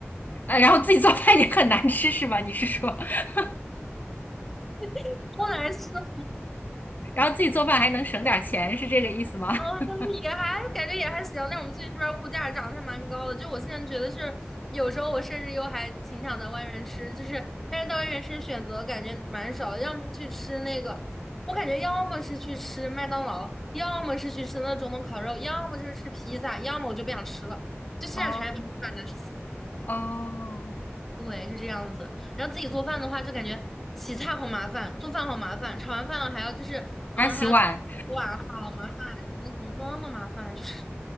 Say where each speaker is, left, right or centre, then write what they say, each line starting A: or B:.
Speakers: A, on the left; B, in the centre.
A: 呃，然后自己做饭也很难吃是吧？你是说，<laughs>
B: <laughs> 都难吃哭
A: 然后自己做饭还能省点儿钱，是这个意思吗？
B: 哦，
A: <laughs>
B: 也还感觉也还行，但我们最近这边儿物价涨的还蛮高的。就我现在觉得是，有时候我甚至又还挺想在外面吃，就是但是在外面吃选择感觉蛮少的要么去吃那个，我感觉要么是去吃麦当劳，要么是去吃那种东烤肉，要么就是吃披萨，要么我就不想吃了，就现在全是把难吃死了。
A: 哦哦，
B: 对，就这样子。然后自己做饭的话，就感觉洗菜好麻烦，做饭好麻烦，炒完饭了还要就是，嗯，
A: 还要洗碗，
B: 还要洗碗，好麻烦，真的怎么这么麻烦，就是。